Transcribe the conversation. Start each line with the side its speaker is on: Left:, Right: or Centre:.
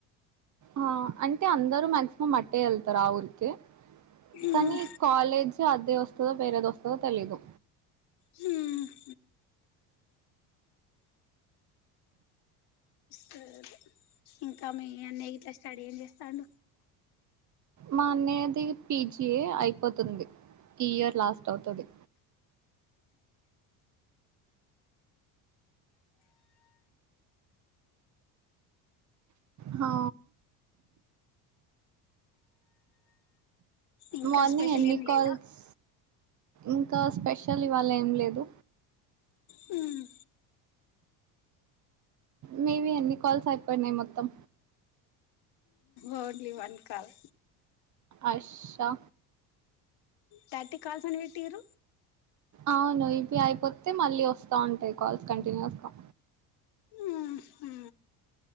Right: ఆ అంటే అందరూ మాక్సిమం అట్టే వెళ్తారు ఆ ఊరికే
Left: ఉమ్
Right: కానీ కాలేజ్ అదే వస్తుందో వేరేది వస్తదో తెలిదు
Left: హ్మ్ సరే ఇంకా మీ అన్నీ ఇట్లా స్టడీ ఏం చేస్తాండు
Right: మా అన్నయ్యది పీజి ఏ అయిపోతుంది ఈ ఇయర్ లాస్ట్ అవుతది హా
Left: ఇంకా
Right: మార్నింగ్
Left: స్పెషల్
Right: ఎన్ని
Left: ఏం
Right: కాల్స్
Left: లేదా
Right: ఇంకా స్పెషల్ ఇవాళ ఏం లేదు
Left: మ్మ్
Right: మే బి అన్ని కాల్స్ అయిపోయినాయి మొత్తం
Left: only one call
Right: Asha
Left: thirty calls అని వెటిరు
Right: అవును ఇవి అయిపోతే మళ్ళీ వస్తా ఉంటాయి కాల్స్ కంటిన్యూస్గా
Left: ఆ హా